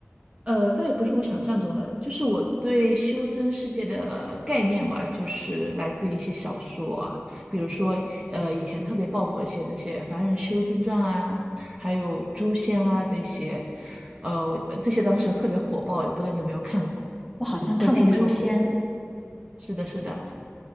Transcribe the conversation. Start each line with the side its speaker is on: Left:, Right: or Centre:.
Right: 呃，倒也不是我想象中的，就是我对修真世界的概念吧，就是来自于一些小说啊，比如说，呃，以前特别爆火一些那些《凡人修真传》啊，还有《诛仙》啊这些，呃，我呃这些当时特别火爆，我不知道你有没有看过
Centre: 我好像看过《诛仙》，
Right: 或者听说过。是的，是的，